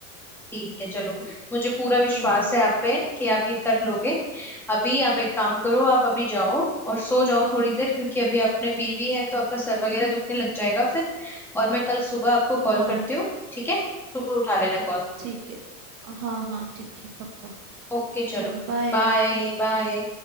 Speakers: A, in the centre; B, on the right.
A: ठीक है चलो मुझे पूरा विश्वास
B: चलो
A: है
B: हाँ
A: आप पे कि आप ये कर लोगे अभी आप एक काम करो आप अभी जाओ और सो जाओ थोड़ी देर क्योंकि अभी आपने पी भी है तो आपका सर वगैरह दुखने लग जाएगा फिर और मैं कल सुबह आपको कॉल
B: हाँ
A: करती हूँ ठीक है सुबह उठा लेना कॉल
B: ठीक है हाँ हाँ ठीक है पक्का
A: ओके चलो
B: चलो बाय
A: Bye bye